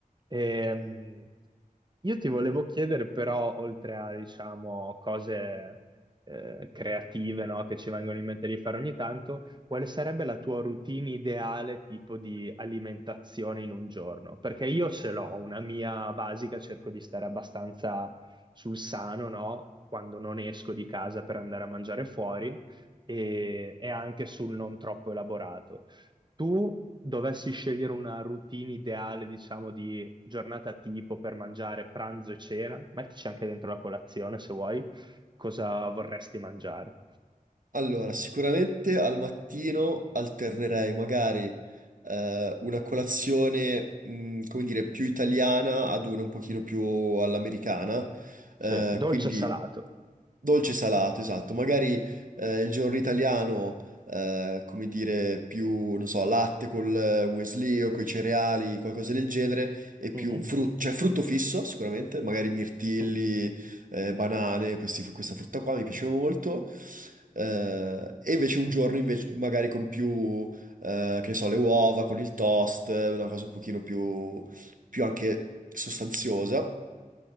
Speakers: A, on the right; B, on the right.
A: Ehm,
B: <laughs>
A: io ti volevo chiedere però, oltre a, diciamo, cose eh, creative, no, che ci vengono in mente di fare ogni tanto, quale sarebbe la tua routine ideale tipo di alimentazione in un giorno? Perché io ce l'ho, una mia basica, cerco di stare abbastanza sul sano, no? Quando non esco di casa per andare a mangiare fuori e, e anche sul non troppo elaborato tu dovessi scegliere una routine ideale, diciamo, di giornata tipo per mangiare pranzo e cena, mettici anche dentro la colazione se vuoi, cosa vorresti mangiare?
B: Allora, sicuramente al mattino alternerei magari eh, una colazione, mh, come dire, più italiana ad una un pochino più all'americana,
A: Sì,
B: eh,
A: dolce
B: quindi
A: e salato.
B: dolce salato, esatto. Magari eh, il giorno italiano, eh, come dire, più, non so, latte col eh, muesli o coi cereali, qualcosa del genere, e
A: Mhm.
B: più un frutto, cioè frutto fisso sicuramente, magari mirtilli,
A: Mm.
B: eh, banane, questi- questa frutta qua mi piace molto. Eh, e invece un giorno invece magari con più, eh, che ne so, le uova, con il toast, eh, una cosa un pochino più, più anche sostanziosa.